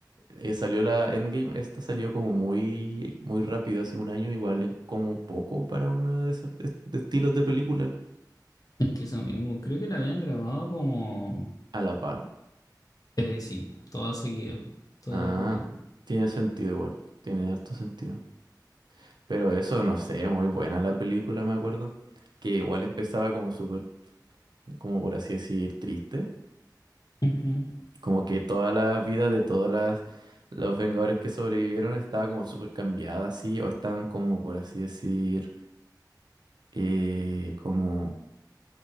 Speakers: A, on the right; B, on the left.
A: eh, salió la Endgame. Esta salió como muy, muy rápido, hace un año, igual en como poco para una de esos est- de estilos de película.
B: Es que eso mismo, creo que la habían grabado como,
A: A la par.
B: eh, sí, toda seguida, toda
A: Ah,
B: de corrido.
A: tiene sentido igual. Tiene harto sentido. Pero eso, no sé, muy buena la película, me acuerdo. Que igual empezaba como súper, como por así decir, triste.
B: Ujú.
A: Como que toda la vida de todas las los Vengadores que sobrevivieron estaba como súper cambiada así, o estaban como, por así decir, eh, como,